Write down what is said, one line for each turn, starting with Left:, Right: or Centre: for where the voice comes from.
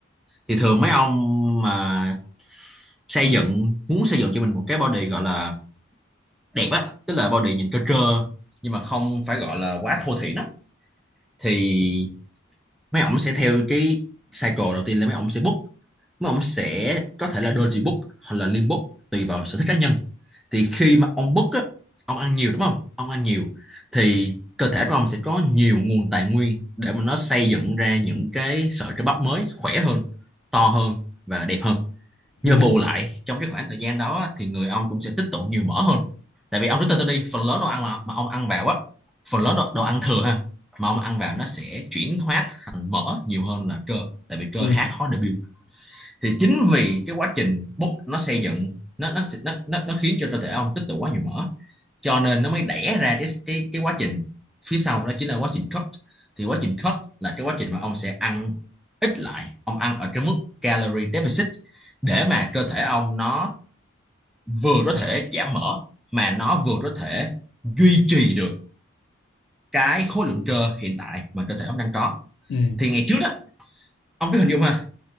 Centre: thì thường mấy ông mà xây dựng muốn xây dựng cho mình một cái body gọi là đẹp á tức là body nhìn cơ trơ nhưng mà không phải gọi là quá thô thiển á thì mấy ổng sẽ theo cái cycle đầu tiên là mấy ổng sẽ book mấy ổng sẽ có thể là doji book hoặc là lim book tùy vào sở thích cá nhân thì khi mà ông book á ông ăn nhiều đúng không ông ăn nhiều thì cơ thể của ông sẽ có nhiều nguồn tài nguyên để mà nó xây dựng ra những cái sợi cơ bắp mới khỏe hơn to hơn và đẹp hơn nhưng
Left: ừ
Centre: mà bù lại trong cái khoảng thời gian đó thì người ông cũng sẽ tích tụ nhiều mỡ hơn tại vì ông rất tên tôi đi phần lớn đồ ăn mà, mà ông ăn vào á phần lớn đồ, đồ ăn thừa ha mà ông ăn vào nó sẽ chuyển hóa thành mỡ nhiều hơn là cơ tại vì cơ
Left: ừ
Centre: khá khó để build thì chính vì cái quá trình bốc nó xây dựng nó nó nó nó, nó khiến cho cơ thể ông tích tụ quá nhiều mỡ cho nên nó mới đẻ ra cái cái cái quá trình phía sau đó chính là quá trình cut thì quá trình cut là cái quá trình mà ông sẽ ăn ít lại ông ăn ở cái mức calorie deficit để mà cơ thể ông nó vừa có thể giảm mỡ mà nó vừa có thể duy trì được cái khối lượng cơ hiện tại mà cơ thể ông đang có
Left: ừ
Centre: thì ngày trước đó ông cứ hình dung ha